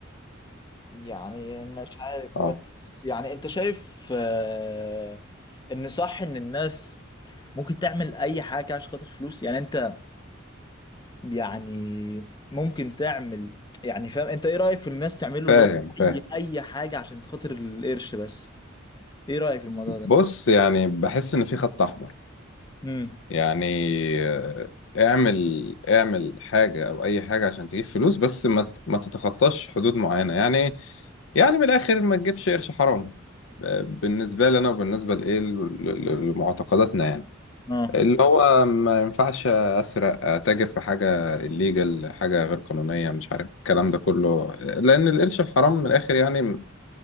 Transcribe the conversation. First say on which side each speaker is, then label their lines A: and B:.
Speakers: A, on the left (about 20°); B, on the left (about 70°).
A: يعني مش عارف
B: آه.
A: بس يعني انت شايف آه، ان صح ان الناس ممكن تعمل اي حاجة كده عشان خاطر فلوس يعني انت يعني ممكن تعمل يعني فاهم انت ايه رأيك في الناس تعمله
B: فاهم
A: اللي هو اي
B: فاهم
A: اي حاجة عشان خاطر القرش بس ايه رأيك في الموضوع ده
B: بص يعني بحس إن في خط أحمر
A: امم
B: يعني آه، اعمل اعمل حاجة او اي حاجة عشان تجيب فلوس بس ما ت- ما تتخطاش حدود معينة يعني يعني من الاخر ما تجيبش قرش حرام آه، بالنسبة لنا وبالنسبة لإيه ل- ل- لمعتقداتنا يعني
A: اه
B: اللي هو ما ينفعش أسرق أتاجر في حاجة الليجل حاجة غير قانونية مش عارف الكلام ده كله لأن القرش الحرام من الآخر يعني